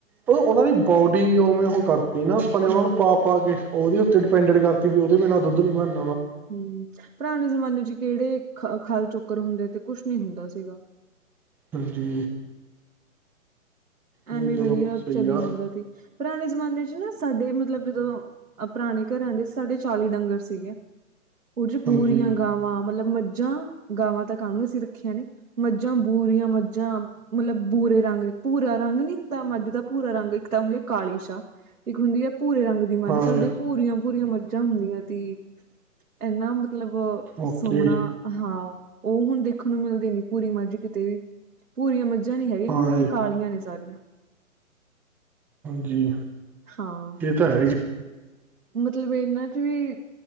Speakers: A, in the centre; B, on the right.
A: ਓ ਓਨਾਂ ਦੀ ਬੋਡੀ ਉਵੇਂ ਓਹ ਕਰਤੀ ਨਾ ਆਪਾਂ ਨੇ ਓਨਾ
B: ਹੂੰ
A: ਨੂੰ ਪਾ-ਪਾ ਕੇ ਓਦੇ ਵੀ ਡਪੈਂਡਿਡ ਕਰਤੀ ਵੀ ਓਦੇ ਬਨਾਂ ਦੁੱਧ ਨੀ ਬਣ
B: ਹੂੰ ਪੁਰਾਣੇ ਜ਼ਮਾਨੇ ਚ ਕਿਹੜੇ ਖ ਖੱਲ ਚੋਕਰ ਹੁੰਦੇ ਤੇ ਕੁੱਛ ਨੀ ਹੁੰਦਾ ਸੀਗਾ।
A: ਹਾਂਜੀ। ਨਹੀਂ
B: ਐਵੇਂ ਵਧੀਆ
A: ਚਲੋ ਸਹੀ
B: ਚਲੀ
A: ਆ
B: ਜਾਂਦਾ ਤੀ ਪੁਰਾਣੇ ਜ਼ਮਾਨੇ ਚ ਨਾ ਸਾਡੇ ਮਤਲਬ ਜਦੋਂ ਪੁਰਾਣੇ ਘਰਾਂ ਦੇ ਸਾਡੇ ਚਾਲੀ ਡੰਗਰ ਸੀਗੇ। ਉਂਝ ਬੂਰੀਆਂ
A: ਹਾਂਜੀ
B: ਗਾਵਾਂ ਮਤਲਬ ਮੱਝਾਂ ਗਾਵਾਂ ਤਾਂ ਕਾਹਨੂੰ ਅਸੀਂ ਰੱਖੀਆਂ ਨੇ ਮੱਝਾਂ, ਬੂਰੀਆਂ ਮੱਝਾਂ ਜਾਂ ਮਤਲਬ ਬੁਰੇ ਰੰਗ ਭੂਰਾ ਰੰਗ ਨੀ ਹੁੰਦਾ ਮੱਝ ਦਾ ਭੂਰਾ ਰੰਗ ਇੱਕ ਤਾਂ ਹੁੰਦੀ ਹੈ ਕਾਲੀ ਸ਼ਾ ਇੱਕ ਹੁੰਦੀ ਆ ਭੂਰੇ ਰੰਗ ਦੀ ਮੱਝ
A: ਹਾਏ
B: ਸਾਡੇ ਭੂਰੀਆਂ-ਭੂਰੀਆਂ ਮੱਝਾਂ ਹੁੰਦੀਆਂ ਤੀ ਏਨਾ ਮਤਲਬ
A: ਓਕੇ
B: ਸੋਹਣਾ ਹਾਂ ਓ ਹੁਣ ਦੇਖਣ ਨੂੰ ਮਿਲਦੇ ਨੀ ਭੂਰੀ ਮੱਝ ਕਿਤੇ ਵੀ ਭੂਰੀਆਂ ਮੱਝਾਂ ਨੀ ਹੈਗੀਆਂ
A: ਹਾਏ
B: ਕਿਤੇ ਵੀ ਕਾਲੀਆਂ ਨੇ ਸਾਰੀਆਂ।
A: ਜੀ
B: ਹਾਂ
A: ਉਹ ਤਾਂ ਹੈ ਈ।
B: ਮਤਲਬ ਏਨਾਂ ਚ ਵੀ